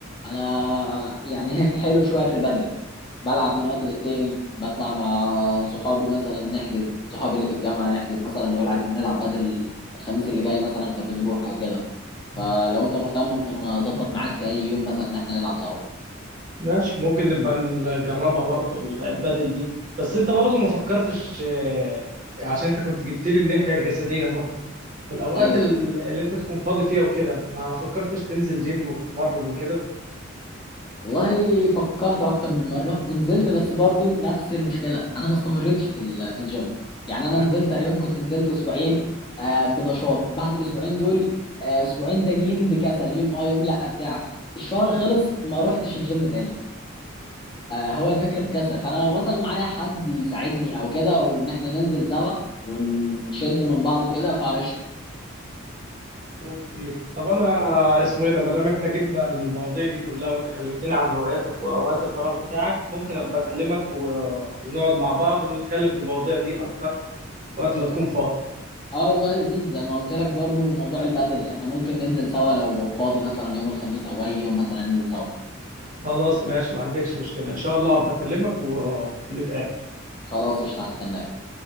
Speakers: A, on the left (about 20°); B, on the right (about 40°).
A: انا يعني <laughs> حلو شويه في البدل بلعب من وقت للتاني بطلع مع صحابي مثلا نحجز صحابي اللي في الجامعة نحجز مثلا نقول عايزين نلعب بدل الخميس اللي جاي مثلا فبنروح او كده
B: <laughs>
A: فلو انت مهتم ممكن انا اظبط معاك في اي يوم مثلا ان احنا نلعب سوا
B: ماشي ممكن نبقى نجربها برضو ال- البدل دي بس انت برضو ما فكرتش آه، عشان انت كنت جبت لي الناحية الجسدية برضو في الاوقات
A: ايوه
B: ال-
A: ايوه
B: اللي انت تكون فاضي فيها وكده ما فكرتش تنزل جيم وتتمرن وكده
A: والله فكرت اكتر من مرة ونزلت بس برضو نفس المشكلة انا ما استمرتش في ال- في الجيم يعني انا
B: ايوه
A: نزلت تقريبا كنت نزلت اسبوعين آه، بنشاط بعد الاسبوعين دول آه، اسبوعين تانيين بكسل يوم اه يوم لا بتاع الشهر خلص ما روحتش الجيم تاني هو الفكرة في الكسل فأنا لو مثلا معايا حد يساعدني أو كده وإن إحنا ننزل سوا ونشد من بعض وكده فقشطة
B: اوكي طب انا اسمه ايه ده ما دام احنا جبنا المواضيع دي كلها وانت كلمتني عن هواياتك واوقات الفراغ بتاعك ممكن ابقى اكلمك و... ونقعد مع بعض ونتكلم في المواضيع دي اكتر وقت ما تكون فاضي
A: اه والله لذيذ زي ما قلت لك برضو موضوع البدل احنا ممكن ننزل سوا لو فاضي مثلا يوم الخميس او اي يوم مثلا ننزل سوا
B: خلاص ماشي ما عندكش مشكلة ان شاء الله ابقى اكلمك و... ونتقابل
A: خلاص قشطة هستناك